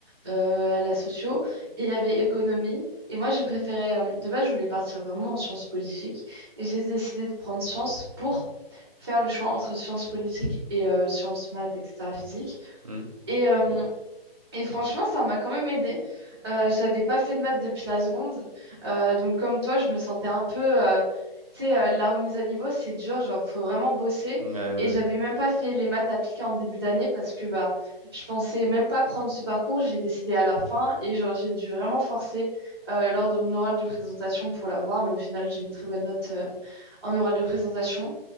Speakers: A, in the centre; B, on the right.
A: euh, la socio, et il y avait économie. Et moi, j'ai préféré, euh, de base, je voulais partir vraiment en sciences politiques, et j'ai décidé de prendre sciences pour faire le choix entre sciences politiques et euh, sciences maths, etc., physique.
B: hmm,
A: Et euh, et franchement, ça m'a quand même aidé. Euh, j'avais pas fait de maths depuis la seconde. Euh, donc, comme toi, je me sentais un peu. euh, tu sais, euh, la remise à niveau, c'est dur, genre, faut vraiment bosser.
B: ouais,
A: Et
B: ouais.
A: j'avais même pas fait les maths appliquées en début d'année parce que bah, je pensais même pas prendre ce parcours. J'ai décidé à la fin et genre, j'ai dû vraiment forcer euh, lors de mon oral de présentation pour l'avoir. Mais au final, j'ai eu une très bonne note euh, en oral de présentation.